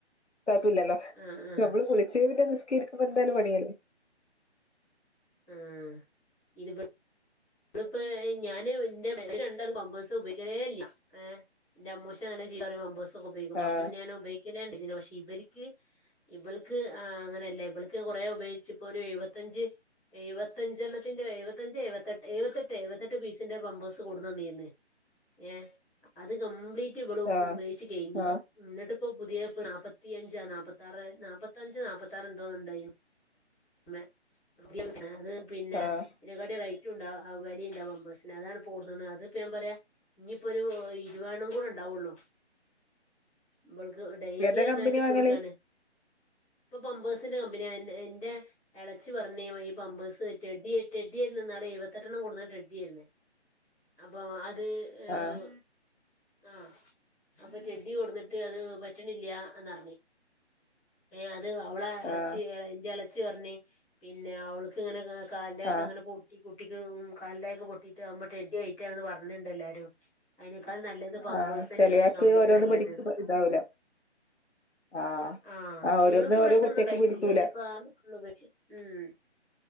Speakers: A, on the left; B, in the centre.
A: തപ്പില്ലല്ലോ
B: ആഹ് ആഹ്
A: നമ്മള് കുളിച്ചേ പിന്നെ നിസ്കീകരിക്കുമ്പോ എന്തായാലും പണിയല്ലേ
B: ആഹ് ഇത് ഇമ്മളപ്പോ ഞാന് എന്റെ <unintelligible> രണ്ടാളും ബാബസ് ഉപയോഗിക്കുന്നില്ല ആഹ് എന്റെ അമ്മൂസ് നല്ല <unintelligible> പബാസ് ഒക്കെ ഉപയോഗിക്കുമ്പോ
A: ആഹ്
B: അപ്പം പിന്നെ ഞാനെ <unintelligible> പക്ഷെ ഇവർക്ക് ഇവൾക്ക് അങ്ങനെയല്ല ഇവൾക്ക് കുറേ ഉപയോഗിച്ച് ഇപ്പൊ ഒരു ഏഴു പഞ്ച് എഴുപതഞ്ച് എണ്ണതിന്റെ എഴുപത്തഞ്ച്, എഴുപത്എട്ട് എഴുപത്തെട്ട് എഴുപത്തെട്ട് പീസിന്റെ പമ്പേഴ്സ് കൊണ്ടുതന്നിന്ന് ഏഹ് അത് കംപ്ലീറ്റ് റ്റ് ഇവള്
A: ആഹ്
B: ഉപയോഗിച്ച് കേറ്റി
A: ആഹ്
B: എന്നിട്ടിപ്പൊ പുതിയ നാപ്പത്തിയഞ്ചോ, നാപ്പത്തിയറോ, നാപ്പ ത്തഞ്ച് നാപ്പത്താറ് എന്തോ ഉണ്ടായി മേ <inaudible> അത് പിന്നെ
A: ആഹ്
B: ഇതിനേക്കാട്ടി റൈ ട്ടുണ്ടാ അവര് ടെ ബാബേസിനെ അതാണ് <unintelligible> അത്‌ ഇപ്പം ഞാൻ പറയാം ഇനിയിപ്പോ ഇരുപത്തു ഒരു കൂടെ ഉണ്ടാവും അവൊള്ളൂ
A: <unintelligible>
B: ഇവൾക്ക് ഡെയിലി
A: ഏതാ
B: അറുന്നോര്ക്കിട്ട്
A: കമ്പനി വാങ്ങല്
B: കൊടുക്കാണ് ഇപ്പൊ പമ്പേഴ്സിന്റെ കമ്പനിയ എന്റെ ഇളച്ചി പറഞ്ഞേ ഈ പമ്പേഴ്സ് റ്റേഡ്‌ഡിയാ റ്റേഡ്‌ഡി എന്ന്ന്നാണ് എഴുപത്തെട്ടണ്ണം കൊടുന്നാ റ്റേഡ്‌ഡി ഇടുന്നെ അപ്പൊ അത് ഈഹ്
A: ആഹ്
B: ആഹ് അപ്പൊ റ്റേഡ്‌ഡി കൊടുന്നിട്ട് അത് പറ്റണില്ല എന്നറിഞ്ഞി ഏഹ് അത് അവളെ ഇളച്ചി
A: ആഹ്
B: എന്റെ ഇളച്ചി പറഞ്ഞ് പിന്നെ അവൾക്ക് ഇങ്ങനെ കാലിലെക്കെ
A: ആഹ്
B: ഇങ്ങനെ പൊട്ടി കുട്ടിക്ക് ഉം കാലിലെക്കെ പൊട്ടിട്ട് ആകുമ്പ റ്റേഡ്‌ഡി ആയിട്ടാണന്ന് പറഞ്ഞിണ്ട് എല്ലാരും അതിനേക്കാൾ നല്ലത് പമ്പേഴ്സ്
A: ആഹ്
B: തന്നെയാണ്
A: ചെലയാക്ക്
B: കമ്പനി
A: ഓരോന്ന്
B: നല്ലത്
A: പിടിക്ക ഇതാവൂല ആഹ്
B: ആഹ്
A: ഓരോന്ന്
B: ഇവൾക്ക് പ്രേശ്നൊന്നുംണ്ടായിട്ടില്ലേ
A: ഓരോ കുട്ടിയക്ക് പിടിക്കൂല
B: ഇപ്പാ <unintelligible> ഉം